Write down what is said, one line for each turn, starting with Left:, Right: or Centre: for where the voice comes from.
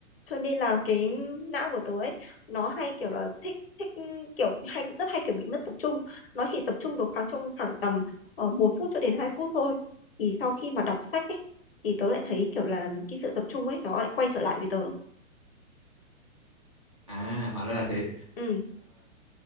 Left: cho nên là cái não của tớ ấy nó hay kiểu là thích thích kiểu hay rất hay kiểu bị mất tập trung nó chỉ tập trung được khoảng trong khoảng tầm uh, một phút cho đến 2 phút thôi thì sau khi mà đọc sách ấy thì tớ lại thấy kiểu là cái sự tập trung ấy nó lại quay trở lại với tớ
Right: à hóa ra là thế
Left: ừ